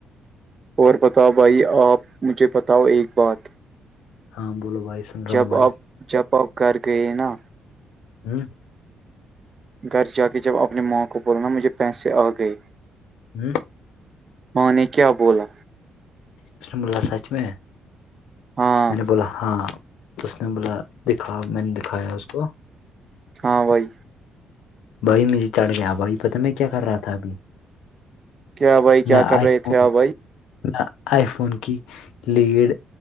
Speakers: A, on the right; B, on the left.
A: اور بتاؤ بھائی آپ مجھے بتاؤ ایک بات
B: ہاں بولو بھائی سن رہا
A: جب
B: ہوں بھائی
A: آپ جب اپ گھر گئے نا
B: ہوں
A: گھر جا کے جب اپنی ماں کو بول نا مجھے پیسے آ گئے
B: ہوں
A: ماں نے کیا بولا
B: اس نے بولا سچ میں
A: ہاں
B: میں نے بولا ہاں اس نے بولا دکھا میں نے دکھایا اس کو
A: ہاں بھائی
B: بھائی مجھے چڑھ گیا بھائی پتا میں کیا کر رہا تھا ابھی
A: کیا بھائی کیا
B: میں
A: کر
B: آئی
A: رہے
B: فون
A: تھے آپ بھائی
B: میں آئی فون کی لیڈ